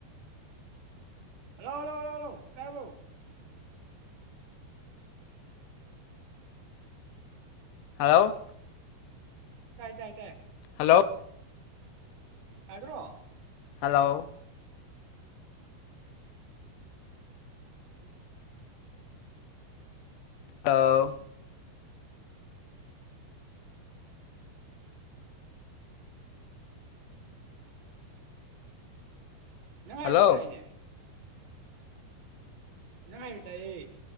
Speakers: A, on the right; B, on the left.
A: ꯍꯜꯂꯣ ꯍꯜꯂꯣ ꯍꯜꯂꯣ ꯍꯜꯂꯣ ꯇꯥꯔꯕꯣ
B: ꯍꯜꯂꯣ
A: ꯇꯥꯏ ꯇꯥꯏ ꯇꯥꯏ
B: ꯍꯜꯂꯣ
A: ꯇꯥꯗ꯭ꯔꯣ
B: ꯍꯜꯂꯣ
A: <unintelligible>
B: ꯍꯜꯂꯣ
A: ꯅꯪ
B: ꯍꯜꯂꯣ
A: ꯍꯥꯏꯕꯗꯤ ꯇꯥꯏꯅꯦ ꯅꯪ ꯍꯥꯏꯕ ꯇꯥꯏꯌꯦ